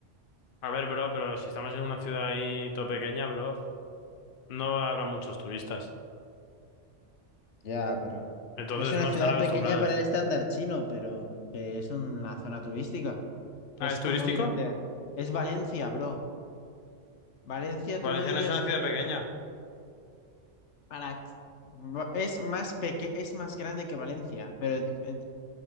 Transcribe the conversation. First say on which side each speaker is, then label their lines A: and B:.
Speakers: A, on the left; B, on the left.
A: A ver, bro, pero si estamos en una ciudad ahí todo pequeña, bro, no habrá muchos turistas.
B: Ya, pero.
A: Entonces
B: Es una
A: no
B: ciudad
A: están acostumbrados.
B: pequeña para el estándar chino, pero que es una zona turística. Es
A: Ah, ¿es
B: como
A: turístico?
B: irte. Es Valencia, bro. Valencia, tú
A: Valencia
B: no dirías
A: no es una
B: que
A: ciudad pequeña.
B: para va- es más peque es más grande que Valencia, pero di- en-